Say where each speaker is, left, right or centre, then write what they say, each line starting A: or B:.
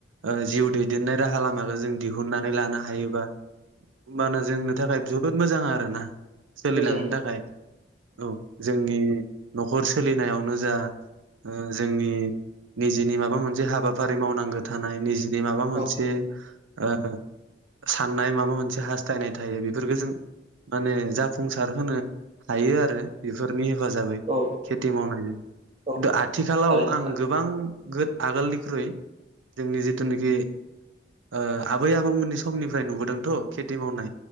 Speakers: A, on the right; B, on the right.
A: ओ जिउ दैदेननाय राहा लामाआव जों दिहुननानै लानो हायोबा होमबाना जोंनो थाखाय जोबोद मोजां आरो ना सोलिलांनो
B: मोजां मोजां
A: थाखाय औ जोंनि न'खर सोलिनायावनो जा ओ जोंनि निजिनि माबा मोनसे हाबाफारि मावनांगो थानाय निजिनि माबा मोनसे
B: औ
A: ओ साननाय माबा मोनसे हास्थायनाय थायो बेफोरफोरखौ जों माने जाफुंसार होनो हायो आरो बेफोरनि हेफाजाबै
B: औ
A: खेथि मावनायजों
B: औ
A: खिन्थु आथिखालाव
B: थारैनो
A: आं गो बां गो आगोलनिख्रुइ जोंनि जिथुनोखि ओ आबै आबौमोननि समनिफ्राय नुबोदोंथ' खेथि मावनाय